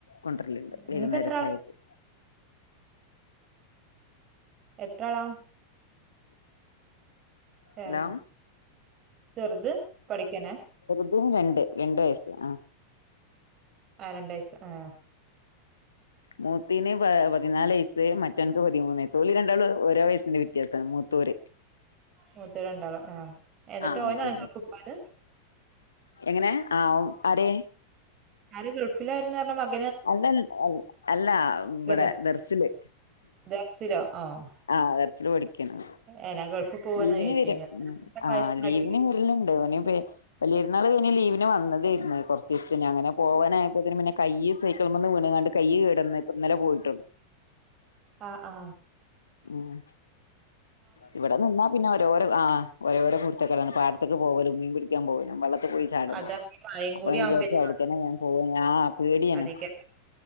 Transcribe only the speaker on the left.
കൊണ്ടരലുണ്ട്
വൈകുന്നേരം
ചായയ്ക്ക്
ഹലോ
ഇതും രണ്ട് രണ്ട് വയസ്സ് ആഹ്
മൂത്തിന് പ പതിനാല് വയസ്സ് മറ്റവനക്ക് പതിമൂന്ന് വയസ് ഓള് രണ്ടാളും ഓരോ വയസ്സിന്റെ വ്യത്യാസമാണ് മൂത്തൊരു.
ആ
മൂത്തേ
എങ്ങനെ ആ ആരെ
അല്ല ല്ലാ അല്ല
ഇവിടെ ദർസില്.
ആ ദർസില് പടിക്കേണ്.
ലീവിന്
വരും ആ
ലീവിന് വരലുണ്ട് ഓന് വ വല്യപെരുന്നാൾ കഴിഞ്ഞ ലീവിന് ഞാൻ വന്നതേയിരുന്നെ കുറ സ് പിന്നെ അങ്ങനെ പോകാനായപ്പത്തേനും പിന്നെ കൈയ്യ് സൈക്ളീമിന്നു വീണങ്ങാണ്ട് കൈ കെടന്നിട്ട് ഇന്നലെ പോയിട്ടു
ഉം ഇവിടെ നിന്നാ പിന്നെയവർ ഓരോ ആ ഓരോരോ കുരുത്തക്കേടാണ് പാടത്തേക്ക് പോവലും മീൻ പിടിക്കൻ പോവലും വള്ളത്ത്‌ പോയി ചാടൂലെ
അപ്പൊ
ഞാൻ
വിചാരിച്ച അവിടുതന്നെ ഞാൻ പോ ആ പേടിയാണ്.